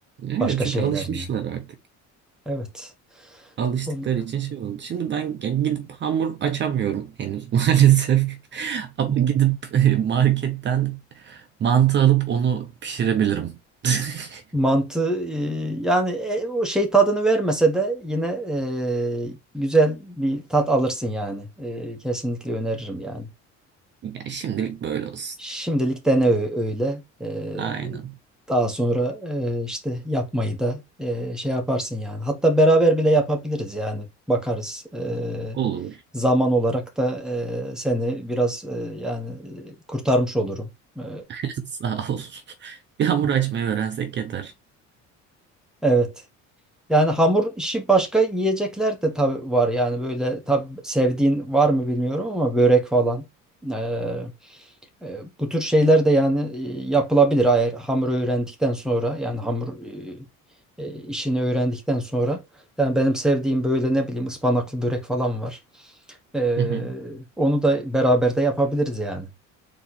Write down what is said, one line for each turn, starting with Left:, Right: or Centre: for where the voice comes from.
Right: Evet
Centre: başka
Right: çünkü
Centre: şeylerini.
Right: alışmışlar artık.
Centre: Evet.
Right: alıştıkları
Centre: Bunu,
Right: için şey oldu. Şimdi ben g- gidip hamur açamıyorum henüz <laughs> maalesef. Ama gidip e, marketten mantı alıp onu pişirebilirim. <laughs>
Centre: mantı e, yani e, o şey tadını vermese de yine e, güzel bir tat alırsın yani. E, kesinlikle öneririm yani.
Right: Ya şimdilik böyle olsun.
Centre: Şimdilik dene ö- öyle. Ee,
Right: Aynen.
Centre: daha sonra e, işte yapmayı da e, şey yaparsın yani. Hatta beraber bile yapabiliriz yani. Bakarız. Ee,
Right: Olur.
Centre: zaman olarak da e, seni biraz e, yani e, kurtarmış olurum. Ee,
Right: <laughs> Sağ ol. Bir hamur açmayı öğrensek yeter.
Centre: evet. Yani hamur işi başka yiyecekler de tabii var. Yani böyle tabii sevdiğin var mı bilmiyorum ama börek falan. Ee, E, Bu tür şeyler de yani e, yapılabilir eğer hamur öğrendikten sonra yani hamur e, e, işini öğrendikten sonra yani benim sevdiğim böyle ne bileyim ıspanaklı börek falan var. E,
Right: Hı hı.
Centre: onu da beraber de yapabiliriz yani.